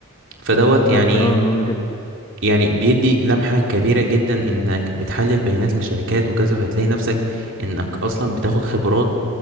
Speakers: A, on the right; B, on the left.
A: فدوت
B: بالظبط
A: يعني
B: اه مهم جدا
A: يعني بيدي لمحة كبيرة جدا انك بتحلل بيانات لشركات وكذا وهتلاقي نفسك انك اصلا بتاخد خبرات